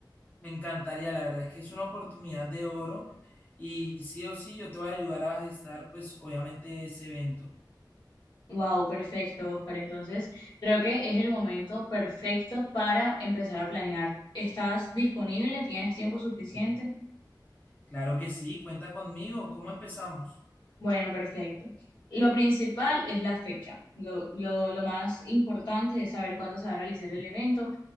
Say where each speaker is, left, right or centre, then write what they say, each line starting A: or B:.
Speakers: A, on the left; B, on the left.
A: Me encantaría, la verdad es que es una oportunidad de oro. Y sí o sí, yo te voy a ayudar a gestar, pues, obviamente, ese evento.
B: Wow, perfecto, Oscar. Entonces creo que es el momento perfecto para empezar a planear. ¿Estás disponible? ¿Tienes tiempo suficiente?
A: Claro que sí, cuenta conmigo. ¿Cómo empezamos?
B: Bueno, perfecto. Lo principal es la fecha. Lo, lo, lo más importante es saber cuándo se va a realizar el evento,